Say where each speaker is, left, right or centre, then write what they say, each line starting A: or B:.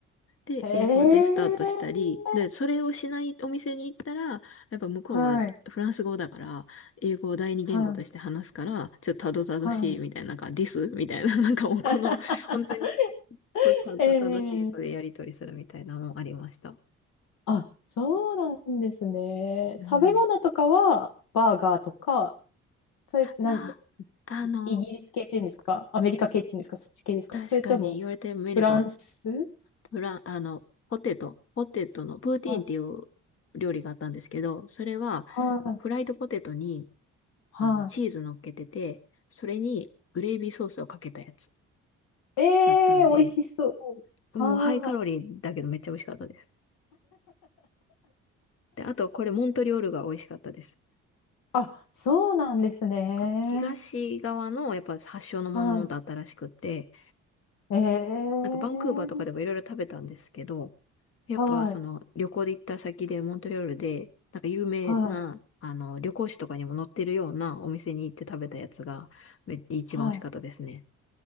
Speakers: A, on the left; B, on the left.
A: で、
B: ええ
A: 英語でスタートしたり、で、それをしないお店に行ったら、やっぱ向こうはフランス語だから、
B: はい。
A: 英語を第二言語として話すから、
B: はい。
A: ちょっとたどたどしいみたいな、
B: はい。
A: なんか、this みたいな、<laughs> なんかもうこの、
B: <laughs>
A: 本当に、とたどたどしい英語でやり取りするみたいなのもありました。
B: ええあ、そうなんですね。
A: うん
B: 食べ物とかは、バーガーとか、それ、な、
A: は、あの、
B: イギリス系っていうんですか、アメリカ系っていうんですか、そっち系ですか、
A: 確かに言われてみれば、
B: それともフランス
A: フラン、あの、ポテト、ポテトのプーティーンっていう
B: あ、
A: 料理があったんですけど、それは
B: はい、
A: フライドポテトに
B: は
A: あのチーズ乗っけてて、それにグレイビーソースをかけたやつ
B: い。ええー、
A: だったんで、
B: 美味しそう。
A: もうハイカロリーだけどめっちゃ美味しかったです。
B: あ
A: で、あとこれモントリオールが美味しかったです。
B: あ、あ、そうなんですね。
A: なんか東側のやっぱ発祥のものだったらしくって、
B: はい。ええー、
A: なんかバンクーバーとかでもいろいろ食べたんですけど、やっぱその旅行で行った先でモントリオールで、
B: はい、
A: なんか有名な、
B: はい、
A: あの、旅行誌とかにも載ってるようなお店に行って食べたやつが、め一番美味しかったですね。
B: はい。